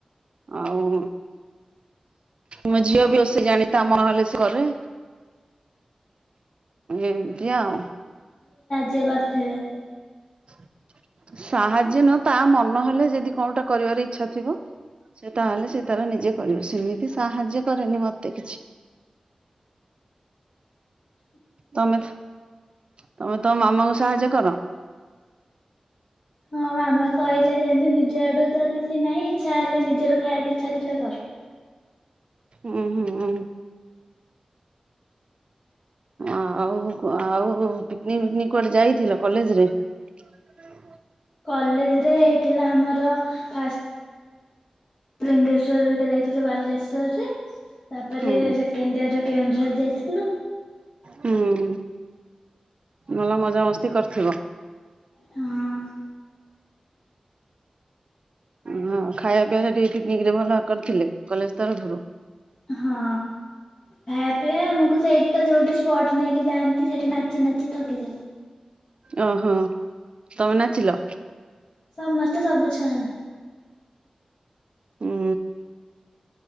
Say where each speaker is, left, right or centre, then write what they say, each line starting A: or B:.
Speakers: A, on the right (about 50°); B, on the left (about 50°).
A: ଆଉ ମୋ ଝିଅ ବି ଅସ ଜାଣିଥା ମହଲେଶ୍ଵରରେ ଏମିତି ଆଉ।
B: କରୁଥବେ ସ
A: ସାହାଯ୍ୟ ନ ତା ମନ ହେଲେ ଯଦି କୋଉଟା କରିବାର ଇଚ୍ଛା ଥିବ। ସେ ତାହେଲେ ସେ ତାର ନିଜେ କରିବ ସେମିତି ସାହାଯ୍ୟ କରେନି ମତେ କିଛି। ତମେ ତମେ ତମ ମମଙ୍କ ସାହାଯ୍ୟ କର।
B: ହଁ ମାମା କହିଲେ ଯେମିତି ନିଜ ଆଡୁ ତ କିଛି ନାହିଁ ଇଚ୍ଛା ହେଲେ ନିଜର ଖାଇବାକୁ ଇଚ୍ଛା ଥିଲେ କରୁ।
A: ହୁଁ ହୁଁ। ଆଉ ଆଉ ପିକନିକ ପିକନିକ କୁଆଡେ ଯାଇଥିଲ କଲେଜରେ? <inaudible>
B: କଲେଜ ରେ ହେଇଥିଲା ଆମର ଫା ଲିଙ୍ଗେଶ୍ଵର ହେରିକା ଯାଇଥିଲୁ ବାଲେଶ୍ଵର ରେ। ତାପରେ
A: ହୁଁ
B: ସେକେଣ୍ଡ ଇୟରରେ କେଉଁଝର ଯାଇଥିଲୁ।
A: ହୁଁ ଭଲ ମଜାମସ୍ତି କରିଥିବ।
B: ହଁ।
A: ହଁ ଖାଇବା ପିଇବା ସେଠି ପିକନିକ ରେ ଭଲ କରିଥିଲେ କଲେଜ ତରଫରୁ?
B: ହଁ ଖାଇବା ପିଆ ଆମକୁ ସେଇଠି ତ ଯୋଉଠି ସ୍ପଟ ନେଇକି ଯାଆନ୍ତି ସେଇଠି ନାଚ ନାଚି ନାଚି ଥକି ଯାଉ।
A: ଓହୋ ତମେ ନାଚିଲ?
B: ସମସ୍ତେ ସବୁ ଛାନ
A: ହୁଁ।